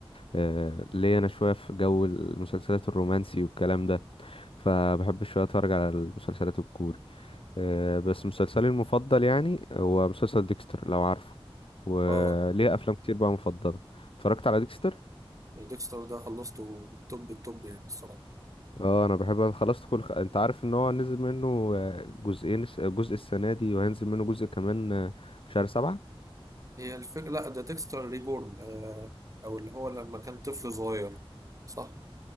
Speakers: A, on the left; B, on the right.
A: آه، ليا انا شوية في جو المسلسلات الرومانسي والكلام ده فبحب شوية اتفرج على المسلسلات الكوري آه، بس مسلسلي المفضل يعني هو مسلسل ديكستر لو عارفه وليه
B: اه
A: افلام كتير بقى مفضلة اتفرجت على ديكستر
B: ديكستر ده خلصته بالتوب التوب يعني الصراحه
A: اه انا بحب انا خلصت كل خ... انت عارف ان هو نزل منه آه، جزئين الس- جزء السنه دي وهينزل منه جزء كمان آه، في شهر سبعة
B: هي الفكره لا ده ديكستر ريبورن آه او اللي هو لما كان طفل صغير صح